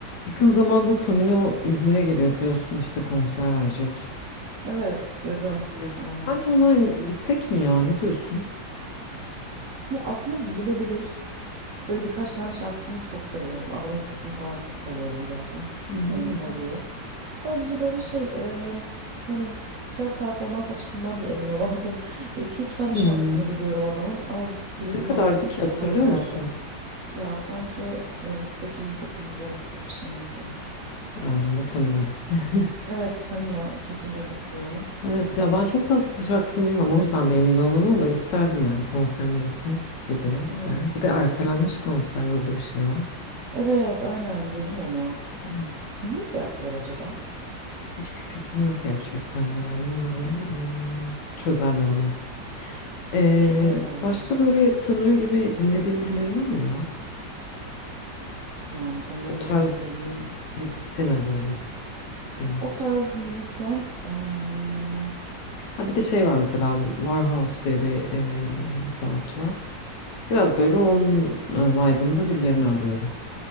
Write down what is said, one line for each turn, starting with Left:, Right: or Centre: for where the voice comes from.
Left: Yakın zamanda Tamino İzmir'e geliyor biliyorsun işte konser verecek.
Right: Evet, duydum.
Left: Ee, Sence
Right: Aynen.
Left: ona gitsek mi ya? Ne diyorsun?
Right: Ya aslında gidilebilir. Böyle birkaç tane şarkısını çok seviyorum. Adanın sesini falan çok seviyorum zaten.
Left: Hı hı
Right: İnanılmaz
Left: hı. hı.
Right: iyi. Sadece böyle şey, e, yani fiyat performans açısından bir emin olamadım. <laughs> 2 üç tane
Left: Hmm,
Right: şarkısını biliyorum adamın ama bir tık bileti
Left: Ne kadardı
Right: bana
Left: ki
Right: pahalı
Left: hatırlıyor
Right: geldi.
Left: musun?
Right: Ya sanki böyle 800-900 arası bir şey miydi?
Left: Yani ama Tamino. <laughs>
Right: Evet, Tamino kesinlikle katılıyorum.
Left: Evet ya ben çok fazla şarkısını bilmiyorum o yüzden bir emin olmadım ama isterdim yani konserine gitmek gibi.
Right: Evet.
Left: de. Bir de ertelenmiş konser öyle bir şey var.
Right: Evet, aynen duydum onu.
Left: Evet.
Right: Niye öyle yaptılar acaba?
Left: Hiçbir fikrim yok gerçekten yani umarım hmm, çözerler ama. Ee,
Right: Çözerler bence.
Left: başka böyle Tamino gibi dinlediğin birileri var mı ya?
Right: Yani Tamino
Left: O
Right: gibi
Left: tarz
Right: dinlediğim
Left: müzisyen arıyorum diyeyim.
Right: o tarz müzisyen em,
Left: Ha bir de şey var mesela Warhouse diye bir e, sanatçı var. Biraz böyle onun e, vibe'ında birilerini arıyorum.